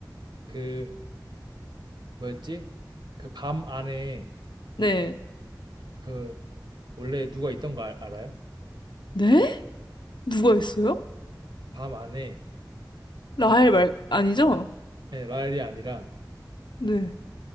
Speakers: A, on the right; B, on the left.
A: 그 뭐였지? 그 밤 안에
B: 네.
A: 그 원래 누가 있던 거 알, 아요
B: 네? 누가 있어요?
A: 밤 안에
B: 라헬
A: 그
B: 말, 아니죠?
A: 네, 라엘이 아니라
B: 네.